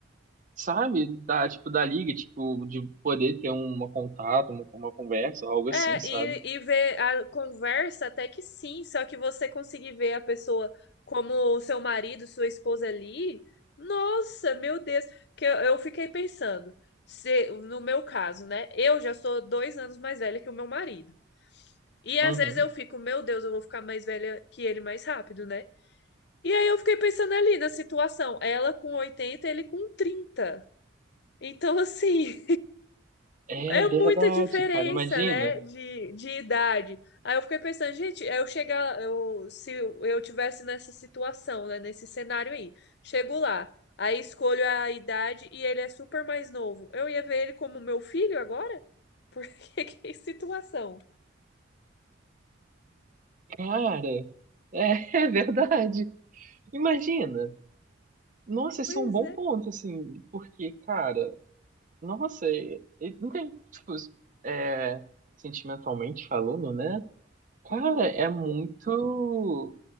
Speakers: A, on the right (about 40°); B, on the left (about 55°).
A: sabe, da, tipo, da liga, tipo, de poder ter um contato, uma, uma conversa, algo
B: É,
A: assim, sabe?
B: e, e ver a conversa até que sim, só que você conseguir ver a pessoa como seu marido, sua esposa ali, nossa, meu Deus, que eu, eu fiquei pensando, se, no meu caso, né? Eu já sou dois anos mais velha que o meu marido. E às
A: Uhum.
B: vezes eu fico, meu Deus, eu vou ficar mais velha que ele mais rápido, né? E aí eu fiquei pensando ali na situação, ela com oitenta ele com trinta Então, assim,
A: É
B: é
A: verdade,
B: muita diferença,
A: cara, imagina.
B: né, de, de idade. Aí eu fiquei pensando, gente, é eu chegar, eu, se eu tivesse nessa situação, né, nesse cenário aí, chego lá, aí escolho a idade e ele é super mais novo. Eu ia ver ele como meu filho agora? <laughs> Porque que situação?
A: Cara, é <laughs> verdade. Imagina. Nossa, isso
B: Pois
A: é um bom
B: é.
A: ponto, assim, porque, cara, nossa, e- e não tem, tipo, é, sentimentalmente falando, né? Cara,
B: Uhum.
A: é muito,